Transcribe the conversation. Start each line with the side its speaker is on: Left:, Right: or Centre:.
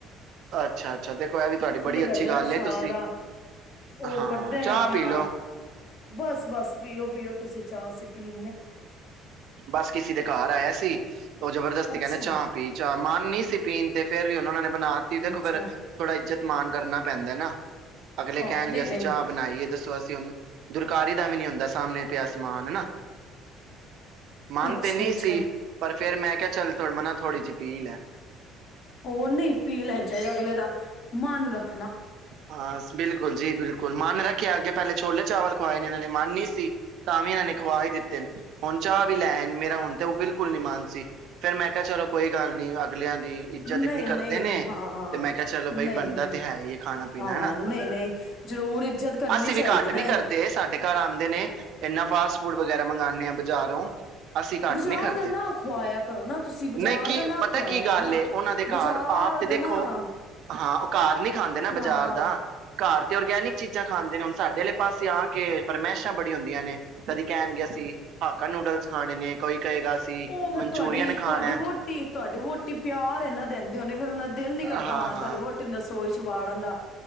Right: ਅੱਛਾ ਅੱਛਾ ਦੇਖੋ ਇਹ ਵੀ ਤੁਹਾਡੀ ਬੜੀ
Left: ਕਰਦੇ
Right: ਅੱਛੀ ਗੱਲ,
Left: ਨਾ ਸਾਰਾ
Right: ਤੁਸੀਂ
Left: ਉਹ
Right: ਹਾਂ
Left: ਕਰਦੇ
Right: ਚਾਹ
Left: ਨੇ ਆਪਣਾ
Right: ਪੀ ਲਓ।
Left: ਬਸ ਬਸ ਪੀਓ ਪੀਓ ਤੁਸੀਂ ਚਾਹ ਅਸੀ ਪੀ
Right: ਬਸ ਕਿਸੇ ਦੇ ਘਰ ਆਇਆ ਸੀ ਉਹ ਜਬਰਦਸਤੀ
Left: ਅੱਛਾ
Right: ਕਹਿੰਦੇ ਚਾਹ ਪੀ ਚਾਹ ਮਨ ਨਈ ਸੀ ਪੀਣ ਤੇ। ਫੇਰ ਵੀ ਉਹਨਾਂ ਨੇ ਬਣਾਤੀ ਦੇਖ
Left: ਅੱਛਾ
Right: ਫਿਰ ਥੋੜਾ ਇੱਜਤ ਮਾਨ ਕਰਨਾ ਪੈਂਦਾ ਨਾ। ਅਗਲੇ
Left: ਹਾਂ
Right: ਕਹਿਣਗੇ
Left: ਨਹੀਂ
Right: ਅਸੀਂ
Left: ਨਹੀਂ
Right: ਚਾਹ ਬਣਾਈਏ ਦੱਸੋ ਅਸੀਂ ਦੁਰਕਾਰੀ ਦਾ ਵੀ ਨੀ ਹੁੰਦਾ ਸਾਹਮਣੇ ਪਿਆ ਸਮਾਨ ਹਨਾ। ਮਨ
Left: ਅੱਛਾ
Right: ਤੇ ਨਹੀਂ
Left: ਅੱਛਾ
Right: ਸੀ ਪਰ ਫੇਿਰ ਮੈਂ ਕਿਹਾ ਚੱਲ <unintelligible> ਮਨਾ ਥੋੜ੍ਹੀ ਜਿਹੀ ਪੀਲ਼ੇ।
Left: ਉਹ ਨਹੀਂ ਪੀ ਲੈਣ ਚਾਹੀਦਾ ਅਗਲੇ ਦਾ ਮਨ ਰੱਖ
Right: ਹਾਂ ਬਿਲਕੁਲ ਜੀ ਬਿਲਕੁਲ ਗਲ ਮਨ ਨੇ ਰੱਖਿਆ ਪਹਿਲੇ ਛੋਲੇ ਚਾਵਲ <unintelligible> ਮੰਨ ਨਹੀਂ ਸੀ ਤਾਂ ਵੀ ਇਹਨਾਂ ਨੇ ਖਵਾ ਹੀ ਦਿੱਤੇ ਨੇ, ਹੁਣ ਚਾਹ ਵੀ ਲੈ ਆਏ ਨੇ, ਮੇਰਾ ਹੁਣ ਤੇ ਉਹ ਬਿਲਕੁਲ ਨੀ ਮਨ ਸੀ, ਫੇਰ ਮੈਂ ਕਿਹਾ ਚਲੋ ਕੋਈ ਗੱਲ ਨ ਅਗਲਿਆਂ ਦੀ। ਦੀ ਇੱਜਤ
Left: ਨਹੀਂ
Right: ਇੰਨੀ ਕਰਦੇ
Left: ਨਹੀਂ
Right: ਨੇ
Left: ਹਾਂ
Right: ਤੇ ਮੈਂ ਕਿਹਾ ਚਲੋ ਬਾਈ
Left: ਨਹੀਂ
Right: ਬਣਦਾ
Left: ਨਹੀਂ
Right: ਤੇ ਹੈ ਈ ਐ। ਖਾਣਾ ਪੀਣਾ
Left: ਹਾਂ
Right: ਹਨਾ
Left: ਨਹੀਂ ਨਹੀਂ ਜ਼ਰੂਰ ਇੱਜਤ ਕਰਨੀ
Right: ਅਸੀਂ
Left: ਚਾਹੀਦੀ
Right: ਵੀ ਘੱਟ
Left: ਨਾ
Right: ਨੀ ਕਰਦੇ
Left: ਇਹ
Right: ਸਾਡੇ ਘਰ ਆਉਂਦੇ ਨੇ ਇਨਾ ਫਾਸਟ ਫੂਡ ਵਗੈਰਾ ਮੰਗਵਾਉਂਦੇ ਹਾਂ ਬਾਜ਼ਾਰੋਂ। ਅਸੀਂ ਘੱਟ
Left: ਬਜ਼ਾਰ
Right: ਨਹੀਂ ਕਰਦੇ
Left: ਦਾ ਨਾਂ ਖੁਆਇਆ ਕਰੋ ਨਾ ਤੁਸੀਂ ਬਾਜ਼ਾਰ
Right: ਨਹੀਂ ਕੀ
Left: ਦਾ ਨਾਂ
Right: ਪਤਾ
Left: ਖਆਇਆ
Right: ਕੀ
Left: ਕਰੋ
Right: ਗੱਲ
Left: ਨਾ
Right: ਏ, ਉਹਨਾਂ ਦੇ
Left: ਬਜ਼ਾਰ
Right: ਘਰ ਆਪ ਤੇ
Left: ਦਾ
Right: ਦੇਖੋ
Left: ਨਾ-
Right: ਹਾਂ ਉਹ ਘਰ ਨਹੀਂ ਖਾ
Left: ਖ਼ਰਾਬ
Right: ਬਾਜ਼ਾਰ ਦਾ। ਘਰ ਤੇ ਔਰਗੈਨਿਕ ਚੀਜ਼ਾਂ ਖਾਂਦੇ ਨੇ ਹੁਣ ਸਾਡੇ ਆਲੇ ਪਾਸੇ ਆ ਕੇ ਫਰਮਾਇਸ਼ਾਂ ਬੜੀ ਹੁੰਦੀਆਂ ਨੇ ਕਦੀ ਕਹਿਣਗੇ ਅਸੀਂ ਹਾਕਾ ਨੂਡਲਸ ਖਾਣੇ ਨੇ ਕੋਈ ਕਹੇਗਾ ਅਸੀਂ
Left: ਉਹ ਫੇਰ,
Right: ਮਨਚੂਰੀਅਨ
Left: ਤੁਹਾਡੀ
Right: ਖਾਣਾ
Left: ਤੁਹਾਡੀ ਵੋਟੀ ਤੁਹਾਡੀ ਵਹੁਟੀ ਪਿਆਰ ਇਨਾ ਦਿੰਦੇ ਨੇ ਫੇਰ, ਉਹਨਾਂ ਦਿਲ ਨੀ ਕਰਦਾ
Right: ਹਾਂ
Left: ਹੋਣਾ, ਤੁਹਾਡੀ ਵੋਹਟੀ ਦਾ ਰ ਵਿੱਚ ਵਾੜਨ ਦਾ